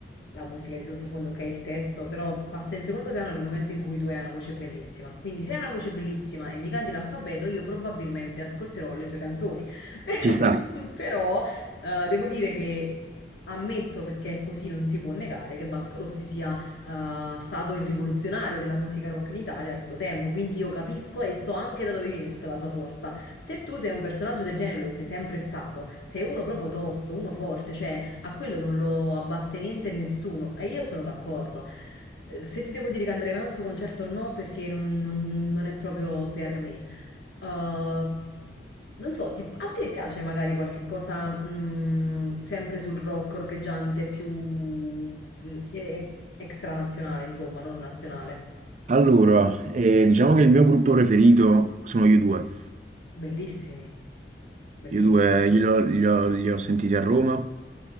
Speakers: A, on the left; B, on the right.
A: la musica di sottofondo, ok, il testo, però passa in secondo piano nel momento in cui tu hai una voce bellissima. Quindi se hai una voce bellissima e mi canti l'alfabeto, io probabilmente ascolterò le tue canzoni. <laughs>
B: Ci sta.
A: Però, eh, devo dire che ammetto, perché così non si può negare, che Vasco Rossi sia eh, stato il rivoluzionario della musica rock in Italia al suo tempo, quindi io capisco e so anche da dove viene tutta la sua forza. Se tu sei un personaggio del genere, lo sei sempre stato, sei uno proprio tosto, uno forte, cioè a quello non lo abbatte niente e nessuno, e io sono d'accordo. Eh, Se ti devo dire che andrei mai a un suo concerto, no, perché non non- non è proprio per me. Uh, non so, ti- a te piace magari qualche cosa mh, sempre sul rock roccheggiante più mh, e- e- extranazionale, insomma, non nazionale?
B: Allora, eh, diciamo che il mio gruppo preferito sono io due.
A: Bellissimi, bellissimi.
B: Io due li ho, li ho- li ho sentiti a Roma,